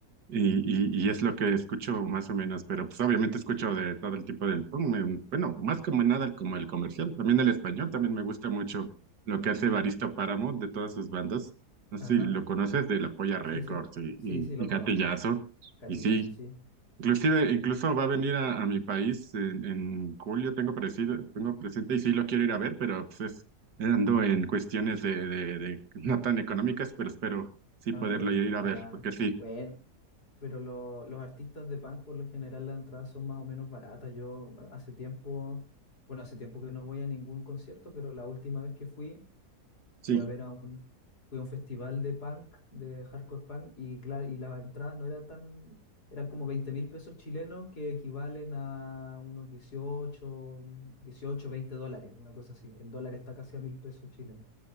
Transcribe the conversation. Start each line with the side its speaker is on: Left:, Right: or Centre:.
Right: y,
Left: sí.
Right: y, y es
Left: sí.
Right: lo que escucho más o menos, pero pues obviamente escucho de todo el tipo del punk, em, bueno, más como nada como el comercial, también el español, también me gusta mucho lo que hace Evaristo Páramo de todas sus bandas, no sé
Left: Ajá,
Right: si lo conoces de La Polla Records
Left: sí, sí.
Right: y,
Left: Sí,
Right: y,
Left: sí,
Right: y
Left: lo
Right: Gatillazo,
Left: conozco. Gatillazo,
Right: y sí,
Left: sí.
Right: inclusive, incluso va a venir a, a mi país en, en julio, tengo parecido, tengo presente y sí lo quiero ir a ver, pero pues es, ando en cuestiones de, de, de no tan económicas, pero espero sí
Left: Ah,
Right: poderlo
Left: ya.
Right: ir
Left: Ojalá.
Right: a ver, porque sí,
Left: Bueno. Pero lo- los artistas de punk, por lo general, las entradas son más o menos baratas. Yo eh, hace tiempo, bueno, hace tiempo que no voy a ningún concierto, pero la última vez que fui,
Right: sí.
Left: fui a ver a un, fui a un festival de punk, de hardcore punk, y claro, y las entradas no eran tan, eran como veinte mil pesos chilenos que equivalen a unos 18 dieciocho 20 dólares, una cosa así. El dólar está casi a mil pesos chilenos